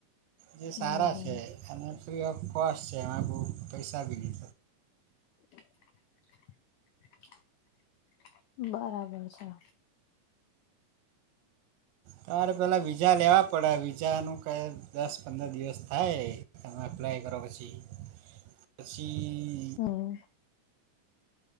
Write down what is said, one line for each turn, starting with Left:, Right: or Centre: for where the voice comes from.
Right: જે
Left: હમ
Right: સારા
Left: હમ.
Right: છે, અને ફ્રી ઓફ કોસ્ટ છે, એમાં બહુ પૈસા બી
Left: <unintelligible> બરાબર છે.
Right: તમારે પહેલાં વિઝા લેવા પડે, વિઝાનું કંઈ દસ-પંદર દિવસ થાય. તમે અપ્લાય કરો, પછી-પછી
Left: હમ્મ.